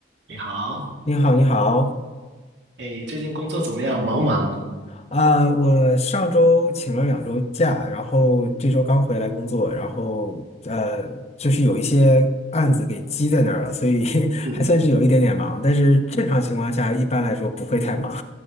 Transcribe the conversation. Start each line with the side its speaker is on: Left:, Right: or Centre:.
Right: 你好，
Left: 你好，你好，
Right: 哎，最近工作怎么样？忙不忙？
Left: 啊、我上周请了两周假，然后这周刚回来工作，然后呃，就是有一些案子给积在那儿了，所以 <laughs>
Right: 嗯，
Left: 还算是有一点点忙，但是正常情况下一般来说不会太忙。